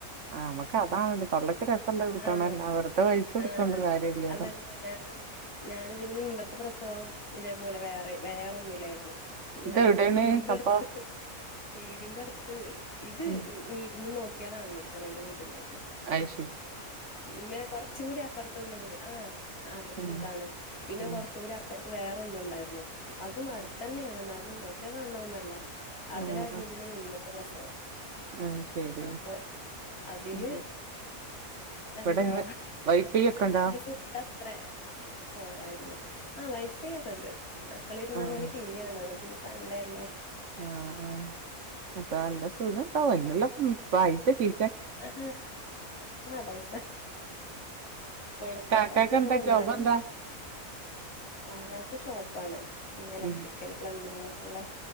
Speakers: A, on the right; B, on the left.
A: ആഹ് നമ്മക്ക് അതാണല്ലോ തൊള്ളക്ക് രസള്ളത് കിട്ടണല്ലോ
B: ആഹ്
A: വെറുതെ പൈസ കൊടുത്തോണ്ട്
B: ആഹ്
A: കാര്യല്ലല്ലോ.
B: അതന്നെ ഞാന് ഞാനിതിന് മുൻപത്തെ പ്രസവം ഇതേപോലെ വേറെ വേറൊന്നിലായിരുന്നു ഞാൻ
A: ഇതെവിടേണ്
B: ന്റെ വീടിന്റട്ത്
A: അപ്പൊ?
B: വീടിന്റട്ത് ഇത്
A: ഉം
B: വീടിന്ന് നോ നോക്കിയ കാണ്ന്നോടുത്താണ് എന്റെ വീട്ട്ന്ന്
A: അയ്ഷരി
B: പിന്നെ കൊറച്ചും കൂടി അപറത്തുന്നും കൂടി.. ആഹ് ആഹ്.. ഇപ്പൊ
A: ഉം
B: സുഖാണ് പിന്നെ
A: ഉം
B: കുറച്ചുകൂടി അപ്പുറ വേറൊന്നുണ്ടായിരുന്നു.. അതും അടുത്തന്നെണ്.. ന്നാലും നോക്കിയാ കാണണോന്നല്ല അതിലായിരുന്നു
A: ആഹ്
B: തിന്റെ മുൻപത്തെ പ്രസവം.
A: അത് ശരി.
B: അപ്പൊ അതില്
A: ഉം
B: എന്താ
A: ഇവിടെ ഇങ്ങ് വൈഫൈ ഒക്കെ ഉണ്ടാ
B: അതിൽ ഫുഡ അത്ര പോരായിര്ന്ന്.. ആ വൈഫൈക്കെണ്ട്.. മക്കളിര്ന്നങ്ങനെ
A: ആഹ്
B: ടി വി കാണാണ് ഇന്ന് സൺഡേ ല്ലേ?
A: ആഹ് ആഹ് അപ്പ നല്ല സുഖണ്ടാവും അയ്ന്ള്ള ഉം പൈസ കി
B: ആഹ്.. പൈസ കൊടുത്തിട്ട്ന്നേണ്
A: കാക്കാക്ക് എന്താ
B: ന്നാലും
A: ജോബ് എന്താ
B: കാക്കാക്ക് ഷോപ്പാണ് ഈ ഇലക്ട്രിക്കൽ
A: ഉം
B: പ്ലംബിങ് ഒക്കെ ള്ളെ